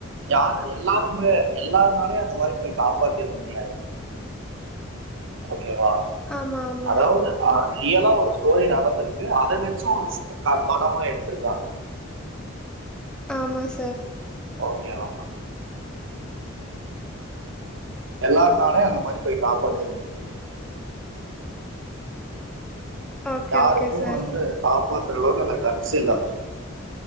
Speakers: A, on the right; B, in the centre.
A: யாரு எல்லாரும் போய் எல்லாருனாலயு அந்த மாரி போய் காப்பாத்திட முடியாது மேம் ஓகேவா
B: ஆமா ஆமா
A: அதாது ஆ ரியலா ஒரு ஸ்டோரி நடந்திருக்கு அத வெச்சக ஒரு படமா எடுத்திருக்காங்க
B: ஆமா சார்
A: ஓகோ வா மேம் எல்லாருனாலயு அந்த மாரி போய் காப்பாத்திற முடியாது
B: ஓகே
A: யாருக்கு
B: ஓகே சார்
A: வந்து காப்பாத்துற அளவுக்கு அந்த கட்ஸ் இல்ல மேம்